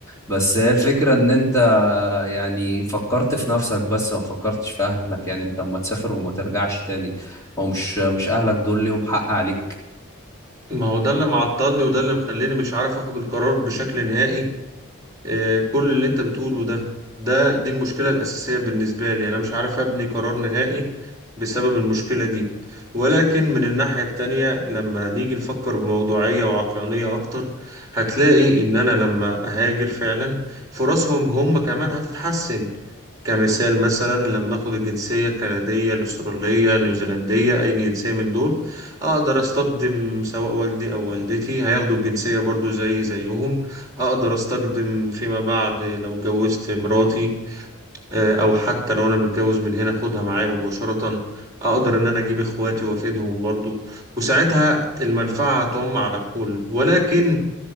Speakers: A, on the left; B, on the right.
A: بس هي الفكرة ان انت يعني فكرت في نفسك بس ما فكرتش في اهلك يعني انت اما تسافر وما ترجعش تاني هو مش مش اهلك دول ليهم حق عليك
B: ما هو ده اللي معطلني وده اللي مخليني مش عارف أخد القرار بشكل نهائي آه، كل اللي أنت بتقوله ده ده دي المشكلة الأساسية بالنسبة لي أنا مش عارف أبني قرار نهائي بسبب المشكلة دي ولكن من الناحية التانية لما نيجي نفكر بموضوعية وعقلانية أكتر هتلاقي إن أنا لما أهاجر فعلا فرصهم هم كمان هتتحسن كمثال مثلا لما اخد الجنسية الكندية الاسترالية نيوزيلندية اي جنسية من دول اقدر استخدم سواء والدي او والدتي هياخدوا الجنسية برضو زي زيهم اقدر استخدم فيما بعد لو اتجوزت مراتي آه، او حتى لو انا متجوز من هنا اخدها معايا مباشرة اقدر ان انا اجيب اخواتي وافيدهم برضو وساعتها المنفعة هتعم على الكل ولكن